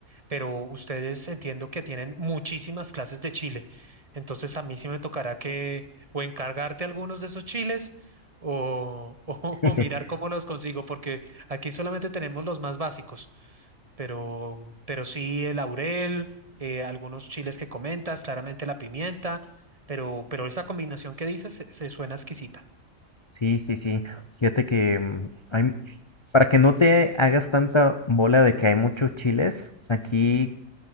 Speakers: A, on the right; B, on the left.
A: pero ustedes entiendo que tienen muchísimas clases de chile. Entonces a mí sí me tocará que o encargarte algunos de esos chiles o, <laughs> o-
B: <laughs>
A: o mirar cómo los consigo, porque aquí solamente tenemos los más básicos, pero, pero sí el laurel, eh, algunos chiles que comentas, claramente la pimienta, pero, pero esa combinación que dices se se suena exquisita.
B: Sí, sí, sí. Fíjate que mm, hay- para que no te hagas tanta bola de que hay muchos chiles, aquí